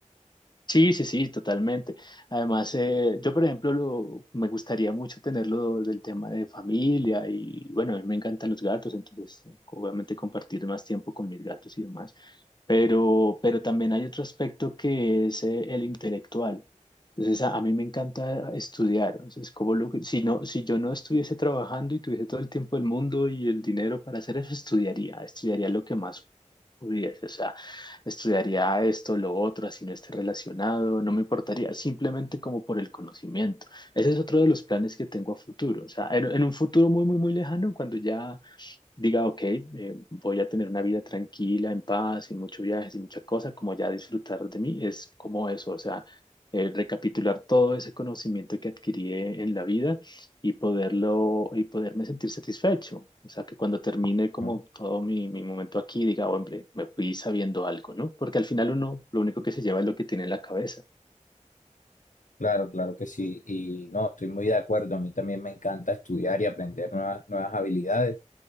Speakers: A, on the left; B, on the left.
A: Sí, sí, sí, totalmente. Además, eh, yo, por ejemplo, lo, me gustaría mucho tenerlo del tema de familia y bueno, a mí me encantan los gatos, entonces obviamente compartir más tiempo con mis gatos y demás. Pero, pero también hay otro aspecto que es eh, el intelectual. Entonces, a, a mí me encanta estudiar. Entonces, como lo, que- si no, si yo no estuviese trabajando y tuviese todo el tiempo del mundo y el dinero para hacer eso, estudiaría, estudiaría lo que más pudiese. O sea, estudiaría esto, lo otro, así no esté relacionado, no me importaría, simplemente como por el conocimiento. Ese es otro de los planes que tengo a futuro. O sea, en en un futuro muy, muy, muy lejano, cuando ya diga, ok, eh, voy a tener una vida tranquila, en paz, sin mucho viaje, sin mucha cosa, como ya disfrutar de mí, es como eso, o sea, eh, recapitular todo ese conocimiento que adquirí en la vida y poderlo, y poderme sentir satisfecho, o sea, que cuando termine como
B: ¿ok?
A: todo mi, mi momento aquí, diga, hombre, me fui sabiendo algo, ¿no? Porque al final uno, lo único que se lleva es lo que tiene en la cabeza.
B: Claro, claro que sí. Y no, estoy muy de acuerdo. A mí también me encanta estudiar y aprender nuevas, nuevas habilidades.